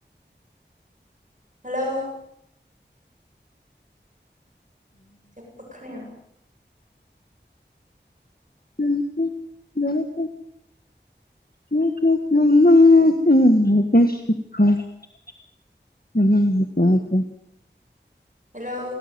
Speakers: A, on the right; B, on the left.
A: हेलौ। जेबो खोनाया।
B: <unintelligible> <inaudible> <inaudible>
A: हेलौ।